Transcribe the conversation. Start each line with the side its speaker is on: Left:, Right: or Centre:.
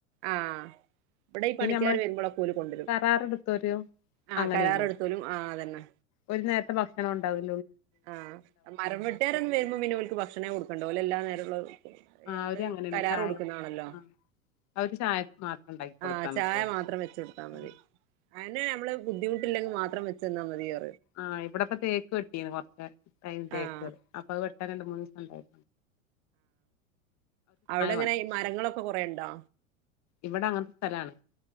Right: ആഹ് ഇബടെ പണിക്കാര്
Left: പിന്നെ നമ്മള്
Right: വരുമ്പളൊക്കെ ഓല് കൊണ്ട് രും
Left: കരാറെടുത്തോര്
Right: ആഹ്
Left: അങ്ങനെ
Right: കരാറെടുത്തൊലും
Left: ചെയ്യും
Right: ആ അതന്നെ
Left: ഒരു നേരത്തെ ഭക്ഷണം ഉണ്ടാവും
Right: ആഹ് മരം വിട്ടുകാരൊന്നന്ന് വരുമ്പോ മന്നെോക്ക് ഭക്ഷണേ കൊടുക്കണ്ടല എല്ല നേര
Left: ആഹ്
Right: നമ്മള്
Left: അവര് അങ്ങനെയാണ്
Right: കരാർ
Left: ചായ
Right: കൊടുക്കുന്നാണല്ലോ
Left: ആഹ് അവര് ചായ മാത്രം ഉണ്ടാക്കി കൊടുത്താ
Right: ആഹ ചായ
Left: മതിയായിരുന്നു
Right: മാത്രം വെച്ച കൊടുത്താ മതി
Left: ഉം
Right: അതിനെ നമ്മള് ബുദ്ധിമുട്ടില്ലെങ്കിൽ മാത്രം വെു തന്നാ മതിയോ
Left: ആഹ് ഇവിടെപ്പൊ തേക്ക് കെട്ടീന്ന് കൊ ടൈം തക്ക
Right: ആഹ്
Left: അപ്പൊ അത് ഇ രണ്ട് മൂന്ന് ദിവസം ഉണ്ടായി
Right: അവിടെങ്ങനെഈ
Left: മതി
Right: മരങ്ങളൊക്കെ കുറെുണ്ടോ
Left: ഇവിടെ അങ്ങനത്തെ സ്ഥലാണ്